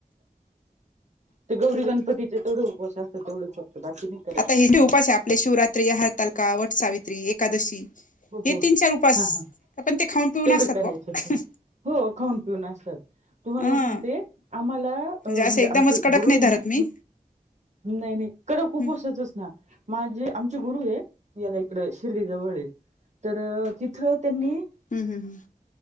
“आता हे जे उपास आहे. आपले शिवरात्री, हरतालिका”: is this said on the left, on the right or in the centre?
Left